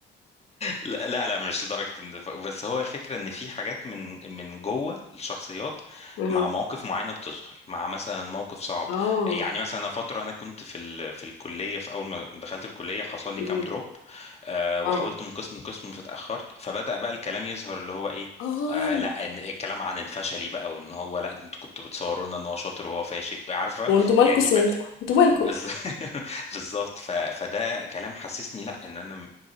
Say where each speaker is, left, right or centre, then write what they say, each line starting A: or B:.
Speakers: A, on the left (about 30°); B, on the left (about 90°).
A: لا لا لا، مش لدرجه النفاق بس هو الفكره ان في حاجات من من جوه الشخصيات
B: <laughs> ها
A: مع مواقف معينه بتظهر مع مثلا موقف صعب
B: اه
A: يعني مثلا فتره انا كنت في ال... في الكليه في اول ما دخلت الكليه حصل لي
B: مم.
A: كام دروب آه،
B: اه
A: وحاولت من قسم لقسم فاتاخرت فبدا بقى الكلام يظهر اللي هو ايه
B: اه
A: آه لا ان الكلام عن الفشلي بقى وان هو لا انتوا كنتوا بتصوروا لنا ان هو شاطر وهو فاشل عارفه
B: وانتوا مالكوا
A: يعني
B: سيادتكم
A: بدأ
B: انتوا مالكوا
A: بز- <laughs> بالظبط ف... فده كلام حسسني لا ان انا م-